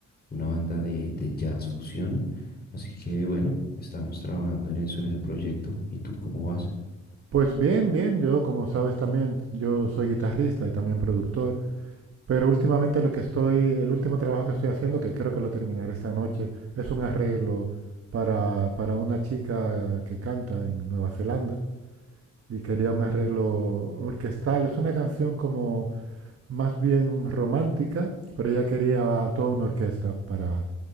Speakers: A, on the left; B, on the right.
A: una banda de, de jazz fusión. Así que bueno, estábamos trabajando en eso, en ese proyecto. ¿Y tú cómo vas?
B: Pues bien, bien, yo como sabes también, yo soy guitarrista y también productor, pero últimamente lo que estoy, el último trabajo que estoy haciendo, que creo que lo terminaré esta noche, es un arreglo para, para una chica que canta en Nueva Zelanda y quería un arreglo orquestal. Es una canción como más bien romántica, pero ella quería toda una orquesta para,